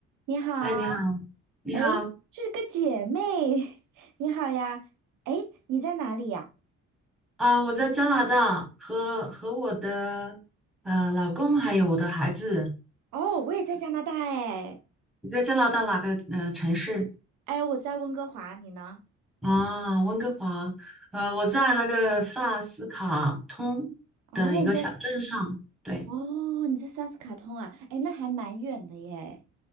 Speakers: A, on the right; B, in the centre.
A: 你好，
B: 哎，你好，你好，
A: 哎，是个姐妹，<laughs> 你好呀，哎，你在哪里呀？
B: 啊、我在加拿大和和我的呃老公还有我的孩子。
A: 哦，我也在加拿大，哎，
B: 你在加拿大哪个呃城市？
A: 哎，我在温哥华，你呢？
B: 啊，温哥华。呃，我在那个萨斯卡通的一个小镇上。
A: 哦，你在，
B: 对，
A: 哦，你在萨斯卡通啊，哎，那还蛮远的耶，